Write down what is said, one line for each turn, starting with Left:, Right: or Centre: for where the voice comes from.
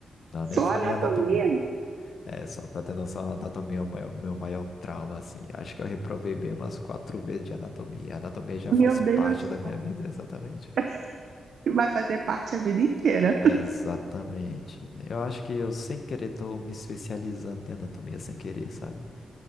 Left: Não, nem
Right: Só
Left: falei
Right: anatomia,
Left: em anatomia. É, só pra ter noção, a anatomia é o meu, meu maior trauma, assim. Acho que eu reprovei bem umas quatro vezes de anatomia. A anatomia já
Right: meu
Left: faz
Right: Deus.
Left: parte da minha vida, exatamente.
Right: <laughs> Vai fazer parte a vida inteira.
Left: Exatamente. né? Eu acho que eu, sem querer, tô me especializando em anatomia sem querer, sabe?